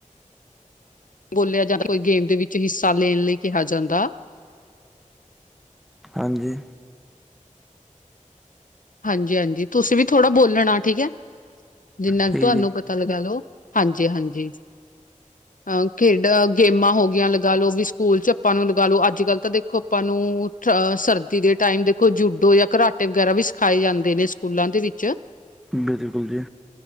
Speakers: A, on the left (about 80°); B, in the centre.
A: ਬੋਲਿਆ ਜਾਂਦਾ, ਕੋਈ ਗੇਮ ਦੇ ਵਿੱਚ ਹਿੱਸਾ ਲੈਣ ਲਈ ਕਿਹਾ ਜਾਂਦਾ।
B: ਹਾਂਜੀ
A: ਹਾਂਜੀ ਹਾਂਜੀ, ਤੁਸੀਂ ਵੀ ਥੋੜਾ ਬੋਲਣਾ ਠੀਕ ਹੈ, ਜਿੰਨਾ
B: ਠੀਕ
A: ਕੁ ਤੁਹਾਨੂੰ
B: ਹੈ,
A: ਪਤਾ ਲਗਾ ਲਓ। ਹਾਂਜੀ, ਹਾਂਜੀ, ਅ ਖੇਡ ਗੇਮਾਂ ਹੋਗੀਆਂ ਲਗਾ ਲਓ ਵੀ। ਸਕੂਲ ਚੱ ਆਪਾਂ ਨੂੰ ਲਗਾ ਲੋ, ਅੱਜ ਕੱਲ ਤਾਂ ਦੇਖੋ ਆਪਾਂ ਨੂੰ ਅ, ਸਰਦੀ ਦੇ ਟਾਈਮ ਦੇਖੋ ਜੂਡੋ ਜਾਂ ਘਟ ਕਰਾਟੇ ਵਗੈਰਾ ਵੀ ਸਿਖਾਏ ਜਾਂਦੇ ਨੇ ਸਕੂਲਾਂ ਦੇ ਵਿੱਚ।
B: ਬਿਲਕੁਲ ਜੀ